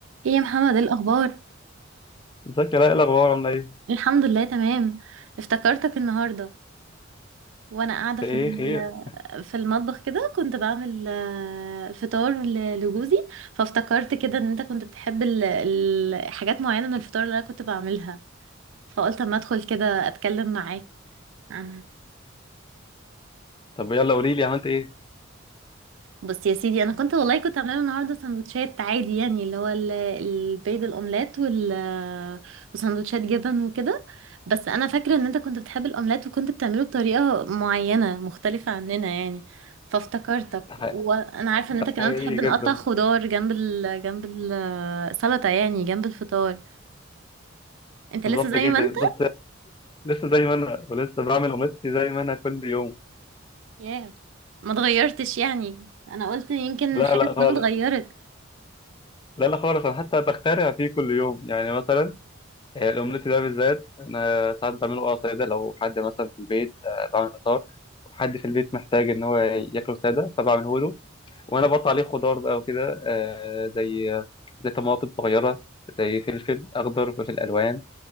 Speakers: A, on the right; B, on the left.
A: ايه يا محمد ايه الاخبار
B: ازيك يا لاء إيه الاخبار عامله ايه
A: الحمد لله تمام افتكرتك النهارده وانا قاعده
B: في
A: في
B: ايه
A: ال-
B: خير
A: <laughs> في المطبخ كده كنت بعمل آه، فطار ل- لجوزي فافتكرت كده ان انت كنت بتحب ال- ال- حاجات معينه من الفطار اللي انا كنت بعملها فقلت اما ادخل كده اتكلم معاك عنها
B: طب يلا قولي لي عملت ايه
A: بص يا سيدي انا كنت والله كنت عامله النهارده سندوتشات عادي يعني اللي هو ال- البيض الاومليت وال وسندوتشات جبن وكده بس انا فاكره ان انت كنت بتحب الاومليت وكنت بتعمله بطريقه معينه مختلفه عننا يعني فافتكرتك
B: ح-
A: وانا عارفه ان انت كمان
B: حقيقي
A: بتحب نقطع
B: جدا
A: خضار جنب ال... جنب السلطه يعني جنب الفطار انت
B: بالظبط
A: لسه زي
B: جدا
A: ما انت
B: بس لسه زي ما انا ولسه بعمل قماشتي زي ما انا كل يوم
A: ياه ما اتغيرتش يعني انا قلت يمكن
B: لا
A: حاجه
B: لا
A: ما
B: خالص
A: اتغيرت
B: لا لا خالص انا حتى بخترع فيه كل يوم يعني مثلا آه، الاومليت ده بالذات انا ساعات بعمله اه ساده لو حد مثلا في البيت آه، بعمل فطار وحد في البيت محتاج ان هو ياكله ساده فبعمله له وانا بقطع عليه خضار بقى وكده آه، زي آه، زي طماطم صغيره زي فلفل اخضر فلفل الوان